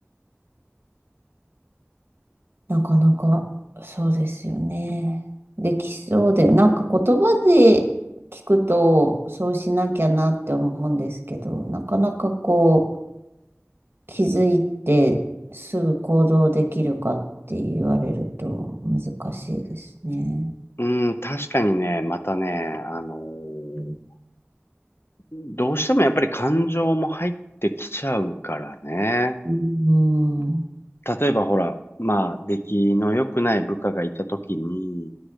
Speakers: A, on the right (about 55°); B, on the left (about 60°).
A: なかなか、そうですよね。できそうで、なんか言葉で聞くと、そうしなきゃなって思うんですけど、なかなかこう、気づいてすぐ行動できるかって言われると難しいですね。
B: うん、確かにね、またね、あのー
A: うん。
B: どうしてもやっぱり感情も入ってきちゃうからね。
A: うん。
B: 例えばほら、まあ、出来の良くない部下がいた時に、